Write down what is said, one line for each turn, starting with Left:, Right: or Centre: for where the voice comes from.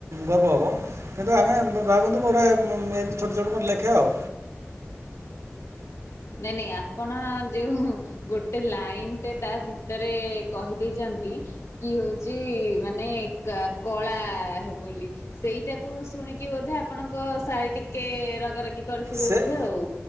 Right: ଗର୍ବ ହବ। କିନ୍ତୁ ଆମେ ଭାବନ୍ତୁ ଗୋଟେ ଏମିତି ଛୋଟ ଛୋଟ ମୋର ଲେଖେ ଆଉ।
Left: ନାଇଁ ନାଇଁ ଆପଣ ଯେଉଁ ଗୋଟେ ଲାଇନ୍ ଟେ ତା ଭିତରେ କହିଦେଇଚନ୍ତି କି ହଉଚି ମାନେ କା କଳା ହେବ ବୋଲି। ସେଇଟାକୁ ଶୁଣିକି ବୋଧେ ଆପଣଙ୍କ ଶାଳୀ ଟିକେ ରଗାରଗି କରିଥିବେ
Right: ସେ
Left: ବୋଧେ ଆଉ।